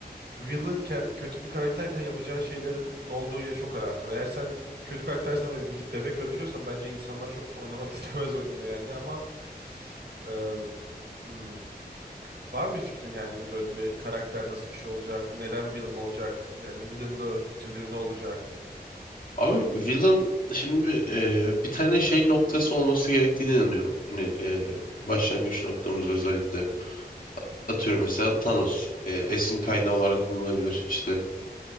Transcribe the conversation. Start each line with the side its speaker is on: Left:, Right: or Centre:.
Right: villainken, kötü bir karakterken yapacağın şeylerin ne olduğuyla çok alakalı. Eğer sen kötü karaktersen ve bir de bebek öldürüyorsan bence insanlar çok oynamak <laughs> istemez oyununu yani ama em, hmm. Var mı bir fikrin yani böyle bir karakter nasıl bir şey olacak? Neden villain olacak? Yani villainlığı, kötülüğü ne olacak?
Left: Abi villain şimdi bir, e, bir tane şey noktası olması gerektiğine inanıyorum. Hani e, başlangıç noktamız özellikle. Atıyorum mesela Thanos e, esin kaynağı olarak kullanılabilir. İşte